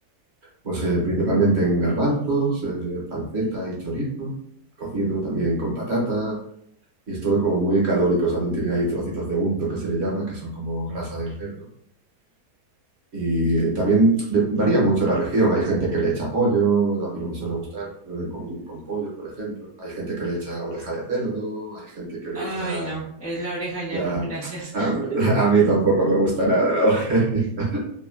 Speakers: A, on the right (about 50°); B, on the left (about 20°).
A: pues eh, principalmente en garbanzos, eh, panceta y chorizo, cocido también con patata, y es todo como muy calórico. También tiene ahí trocitos de unto que se le llama, que son como grasa del cerdo. Y eh, también de- varía mucho la región. Hay gente que le echa pollo, a mí no me suele gustar eh, con, con pollo, por ejemplo. Hay gente que le echa oreja de cerdo, hay gente que le
B: Ay,
A: echa
B: no, es la oreja ya
A: Ya,
B: no, gracias.
A: a,
B: <laughs>
A: mí <laughs> a mí tampoco me gusta nada la oreja. <laughs>